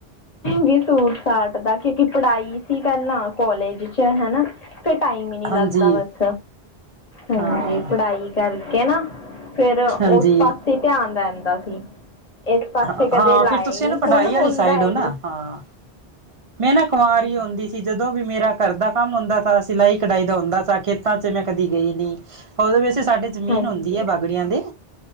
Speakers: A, on the left; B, on the right.
A: ਵੀ ਸੂਟ-ਸਾਟ ਦਾ, ਕਿਉਂਕਿ ਪੜਾਈ ਸੀ, ਪੈਲਾਂ ਕੋਾਲਜ ਚ ਹਨਾ ਫੇ ਟਾਈਮ ਈਂ ਨੀਂ
B: ਹਾਂਜੀ
A: ਲੱਗਦਾ ਬਸ, ਹਾਂਜੀ
B: ਹਾਂ
A: ਪੜਾਈ ਕਰਕੇ ਨਾ ਫੇਰ, ਓਸ
B: ਹਾਂਜੀ
A: ਪਾਸੇ ਧਿਆਨ ਰੈਂਦਾ ਸੀ। ਇਸ ਪਾਸੇ
B: ਹਾਂ
A: ਕਦੇ
B: ਹਾਂ
A: ਲਾਇਆ
B: ਫਿਰ ਤੁਸੀਂ
A: ਈਂ ਨੀਂ,
B: ਨਾ
A: ਹੁਣ
B: ਕਢਾਈ
A: ਹੁੰਦਾ
B: ਵਾਲੀ ਸਾਈਡ ਹੋ ਨਾ
A: ਨੀ
B: ਹਾਂ ਮੈਂ ਨਾ ਕੁਵਾਰੀ ਹੁੰਦੀ ਸੀ ਜਦੋਂ ਵੀ ਮੇਰਾ ਘਰ ਦਾ ਕੰਮ ਹੁੰਦਾ ਸੀ, ਸਿਲਾਈ-ਕਢਾਈ ਦਾ ਹੁੰਦਾ ਸੀ, ਖੇਤਾਂ ਚ ਮੈਂ ਕਦੀ ਗਈ ਨਈਂ। ਓਦੋਂ ਵੈਸੇ ਸਾਡੇ ਜ਼ਮੀਨ
A: ਹਾਂਜੀ
B: ਹੁੰਦੀ ਐ ਬਾਗੜੀਆਂ ਦੇ